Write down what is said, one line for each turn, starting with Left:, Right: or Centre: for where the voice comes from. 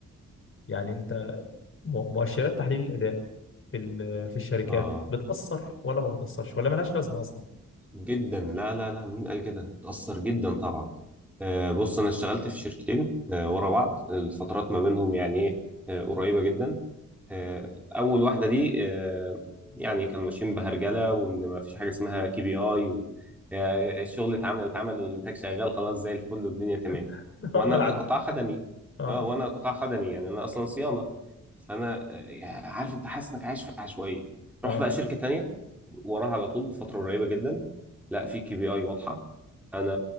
Left: يعني انت م- مؤشرات تحليل الاداء في ال- في الشركات
Centre: برضو
Left: بتاثر ولا ما بتاثرش ولا ملهاش لازمه اصلا
Centre: جدا لا لا لا مين قال كده بتأثر جدا طبعا آه، بص انا اشتغلت في شركتين آه، ورا بعض الفترات ما بينهم يعني ايه آه، قريبة جدا آه، اول واحدة دي آه، يعني كانوا ماشيين بهرجلة وان ما فيش حاجة اسمها كي بي اي و آه، الشغل اتعمل اتعمل والانتاج شغال خلاص زي الفل والدنيا تمام
Left: <laughs> ده
Centre: وانا
Left: ملعب
Centre: قطاع خدمي
Left: اه
Centre: اه وانا قطاع خدمي يعني انا اصلا صيانة فانا آه، عارف انت حاسس انك عايش في عشوائية
Left: اه
Centre: روح بقى شركة تانية وراها على طول بفترة قريبة جدا لا في كي بي اي واضحة انا